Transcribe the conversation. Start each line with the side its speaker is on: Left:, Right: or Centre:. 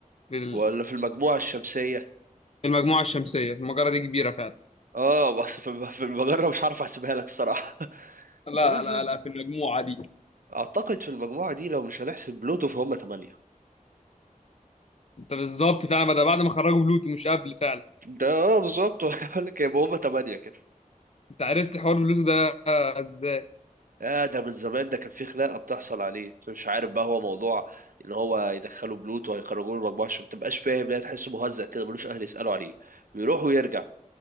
Left: في ال-
Right: ولا في المجموعه الشمسيه
Left: في المجموعه الشمسيه في المجره دي كبيره فعلا
Right: اه بس في الم- في المجره مش عارف احسبها لك الصراحه <laughs>
Left: لا
Right: والله في
Left: لا لا في المجموعه دي
Right: اعتقد في المجموعه دي لو مش هنحسب بلوتو فهم ثمانيه
Left: انت بالظبط فعلا بعد بعد ما خرجوا بلوتو مش قبل فعلا
Right: ده اه بالظبط <laughs> بقول لك يبقى هم ثمانيه كده
Left: انت عرفت حوار بلوتو ده ازاي
Right: آه ده من زمان ده كان في خناقه بتحصل عليه مش عارف بقى هو موضوع ان هو يدخلوا بلوتو هيخرجوه من المجموعه عشان ما تبقاش فاهم يعني تحسه مهزأ كده ملوش اهل يسالوا عليه بيروح ويرجع